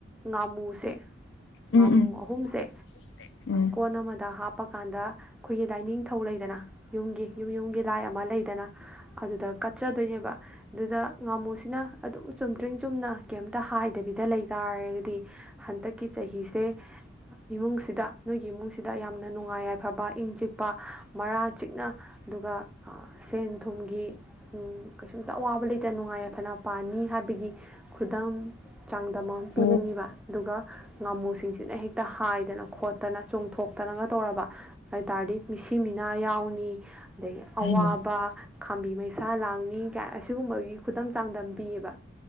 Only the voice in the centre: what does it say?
ꯉꯥꯃꯨꯁꯦ ꯉꯥꯃꯨ
ꯑꯍꯨꯝꯁꯦ
ꯀꯣꯟ ꯑꯃꯗ ꯍꯥꯞꯄꯀꯥꯟꯗ ꯑꯩꯈꯣꯏꯒꯤ ꯂꯥꯏꯅꯤꯡꯊꯧ ꯂꯩꯗꯅ ꯌꯨꯝꯒꯤ ꯌꯨꯝ ꯌꯨꯝꯒꯤ ꯂꯥꯏ ꯑꯃ ꯂꯩꯗꯅ ꯑꯗꯨꯗ ꯀꯠꯆꯗꯣꯏꯅꯦꯕ ꯑꯗꯨꯗ ꯉꯥꯃꯨꯁꯤꯅ ꯑꯗꯨꯝ ꯆꯨꯝꯗ꯭ꯔꯤꯡ ꯆꯨꯝꯅ ꯀꯩꯝꯇ ꯍꯥꯏꯗꯕꯤꯗ ꯂꯩ ꯇꯥꯔꯒꯗꯤ ꯍꯟꯗꯛꯀꯤ ꯆꯍꯤꯁꯦ ꯏꯃꯨꯡꯁꯤꯗ ꯅꯣꯏꯒꯤ ꯏꯃꯨꯡꯁꯤꯗ ꯌꯥꯝꯅ ꯅꯨꯡꯉꯥꯏ ꯌꯥꯏꯐꯕ ꯏꯪ ꯆꯤꯛꯄ ꯃꯔꯥ ꯆꯤꯛꯅ ꯑꯗꯨꯒ ꯁꯦꯟ ꯊꯨꯝꯒꯤ ꯀꯩꯁꯨꯝꯇ ꯑꯋꯥꯕ ꯂꯩꯇ ꯅꯨꯡꯉꯥꯏ ꯌꯥꯏꯐꯅ ꯄꯥꯅꯤ ꯍꯥꯏꯕꯒꯤ ꯈꯨꯗꯝ ꯆꯥꯡꯗꯝ ꯑꯃ
ꯄꯤꯒꯅꯤꯕ ꯑꯗꯨꯒ ꯉꯥꯃꯨꯁꯤꯡꯁꯤꯅ ꯍꯦꯛꯇ ꯍꯥꯏ ꯍꯥꯏꯗꯅ ꯈꯣꯠꯇꯅ ꯆꯨꯝꯊꯣꯛꯇꯅꯒ ꯇꯧꯔꯕ ꯍꯥꯏ ꯇꯥꯔꯗꯤ ꯃꯤꯁꯤ ꯃꯤꯅꯥ ꯌꯥꯎꯅꯤ ꯑꯗꯒꯤ
ꯑꯋꯥꯕ ꯈꯥꯝꯕꯤ ꯃꯩꯁꯥ ꯂꯥꯡꯅꯤ ꯀꯌꯥ ꯑꯁꯤꯒꯨꯝꯕꯒꯤ ꯈꯨꯗꯝ ꯆꯥꯡꯗꯝ ꯄꯤꯌꯦꯕ